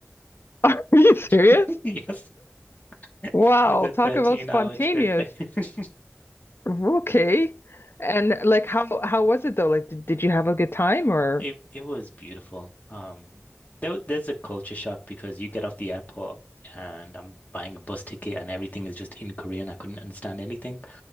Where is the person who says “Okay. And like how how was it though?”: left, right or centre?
Left